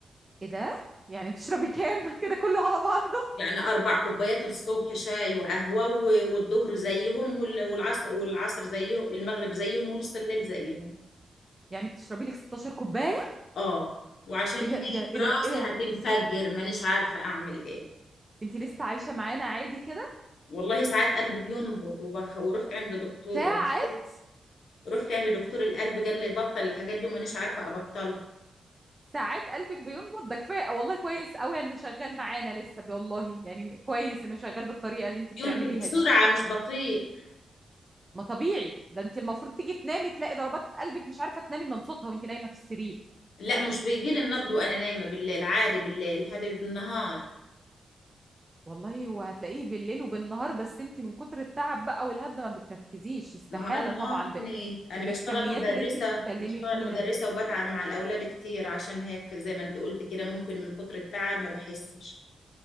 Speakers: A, on the right; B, on the left.
A: ايه ده؟ يعني بتشربي كام؟ <laughs> كده كله على بعضه
B: يعني أربع كوبايات الصبح شاي وقهوة و- والظهر زيهم وال- والعصر والعصر زيهم المغرب زيهم ونص الليل زيهم
A: يعني بتشربي لك 16 كوباية؟
B: اه وعشان
A: ايه ده
B: هي
A: ايه ده
B: في
A: ايه
B: راسي
A: ده ايه ده؟
B: هتنفجر مانيش عارفة أعمل إيه
A: انت لسه عايشة معانا عادي كده؟
B: والله ساعات قلبي بينبض وبخ... ورحت عند دكتور
A: ساعات
B: دكتور رحت عند دكتور القلب قال لي بطل الحاجات دي ومانيش عارفة أبطلها
A: ساعات قلبك بينبض ده كفاية والله كويس قوي انه شغال معانا لسه والله يعني م- كويس انه شغال بالطريقة اللي انت بتعمليها
B: ينبض بسرعة
A: دي
B: مش بطيء
A: ما طبيعي ده انت المفروض تيجي تنامي تلاقي ضربات قلبك مش عارفة تنامي من صوتها وانت نايمة في السرير
B: لا مش بيجي لي النبض وانا نايمة بالليل عادي بالليل هذا بالنهار
A: والله هو هتلاقيه بالليل وبالنهار بس انت من كتر التعب بقى والهدة ما بتركزيش استحالة
B: ما هو انا
A: طبعا
B: اه
A: ب...
B: انا انا
A: بالكميات
B: بشتغل مدرسة
A: اللي انت بتتكلمي
B: بشتغل
A: فيها
B: مدرسة
A: دي
B: وبتعب مع الاولاد كتير عشان هيك زي ما انت قلت كده ممكن من كتر التعب ما بحسش